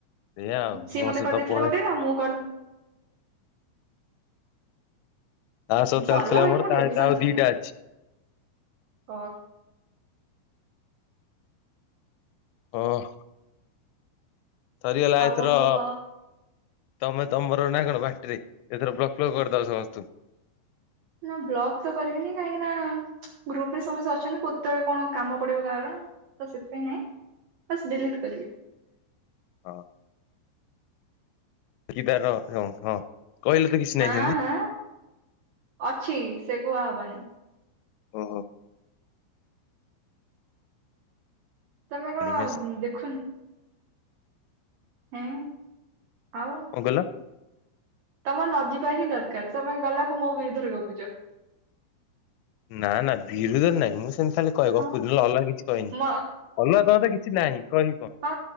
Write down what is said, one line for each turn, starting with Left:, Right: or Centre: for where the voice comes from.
Left: ସେଇଆ ଆଉ
Right: ସିଏ
Left: ମୋ
Right: ମତେ
Left: ସହିତ
Right: କରିଦେଇଥିଲା
Left: ପଳେ
Right: ଗୋଟେ ନା ମୁଁ କଣ?
Left: ତା ସହ ଚାଲିଥିଲା
Right: ସରିଲା ଭାଇ
Left: ମୋର
Right: ମୋ
Left: ତା
Right: ଟେନେସନ୍
Left: ସହିତ ଆଉ
Right: ସଇଲା
Left: ଦିଟା ଅଛି
Right: ହ।
Left: ହ। ସରି ଗଲା
Right: ଆଉ
Left: ଏଥର।
Right: କଣ କୁହ
Left: ତମେ ତମର ନା କଣ ବାଟରେ ଏଥର ବ୍ଲକ୍ ଫ୍ଲକ୍ କରିଦବ ସମସ୍ତଙ୍କୁ।
Right: ନା ବ୍ଲକ୍ ତ କରିମିନେହିଁ କାହିଁକି ନା ଗ୍ରୁପ୍ ରେ ସମସ୍ତେ ଅଛନ୍ତି କେତୋଳେ କଣ କାମ ପଡିବ କାହାର ତ ସେଥିପାଇଁ ନାଇଁ ପାସ୍ ଡିଲିଟ୍ କରିବି।
Left: ହଁ। ଫ୍ରି ତାର ଭ୍ୟ ହଁ। କହିଲେ ତ କିଛି। ନାହିଁ
Right: ହଁ
Left: ସେମିତି
Right: ହଁ ଅଛି ସେ କୁହା ହବନେହିଁ।
Left: ଓ ହୋ।
Right: ତମେ କଣ
Left: ମେସେଜ
Right: ଦେଖୁନୁ? ହୁଁ ଆଉ।
Left: କଣ କହିଲ?
Right: ତମ ନ ଯିବା ହିଁ ଦରକାରେ ତମେ ଗଲାକୁ ମୋ ବିରୁଦ୍ଧରେ ଗପୁଚ।
Left: ନା ନା ବିରୁଧର ନାହିଁ ମୁଁ ସେମିତି ଖାଲି କହିବ
Right: ଆଉ
Left: ବୁଝିଲ ଅଲ୍ଗା କିଛି କହିନି
Right: ମ
Left: ଅଲ୍ଗା ତମ ତ କିଛି ନାହିଁ କହିବି କଣ।
Right: ଆ।